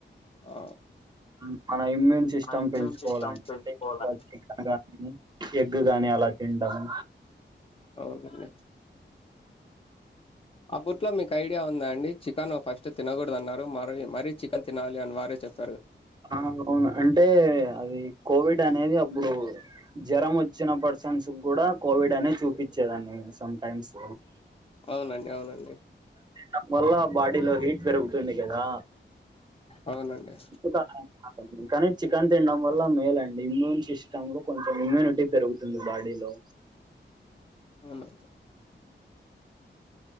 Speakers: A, on the left; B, on the right.
A: ఆ
B: మ్ మన ఇమ్యూన్ సిస్టమ్
A: మన ఇమ్యూన్
B: పెంచుకోవాలంటే
A: సిస్టమ్ పెంచుకోవాలని
B: ఎక్కువ <unintelligible> కానీ డు గాని అలా తింటామ్
A: అవునండి ఆబుట్లో మీక్ ఐడియా ఉందా అండి చికెన్ ఫస్ట్ తినకూడదు అన్నారు మరి మరీ చికెన్ తినాలి అని వారే చెప్
B: ఆ అవున్ అంటే అది కోవిడ్ అనేది అప్పుడు జ్వరం వచ్చిన పర్సన్స్ గుడా కోవిడ్ అనే చూపిచ్చే దండి సంటైమ్స్
A: అవునండి అవునండి
B: తినడం వల్ల బాడీలో హీట్ పెరుగుతుంది కదా
A: అవునండి.
B: <unintelligible> కనీ చికెన్ తినడం వల్ల మేలండి ఇమ్యూన్ సిస్టమ్లో కొంచం ఇమ్యూనిటీ పెరుగుతుంది బాడీలో
A: అవున